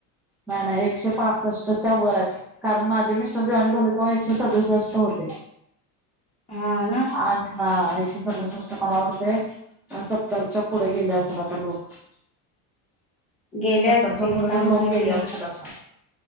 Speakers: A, in the centre; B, on the left (about 15°).
A: नाही नाही एकशे पासस्टच्या वर आहेत. कारण माझे मिस्टर जॉईन झाले तेव्हा एकशे सदुसष्ट होते.
B: हा ना?
A: आणि हा एकशे सदूसष्ट मला वाटतय सत्तरच्या पुढे गेले होते आता लोक
B: गेले
A: सत्तरच्या
B: असतील
A: पुढे
B: काय
A: तर लोक
B: माहिती
A: गेले असतील आता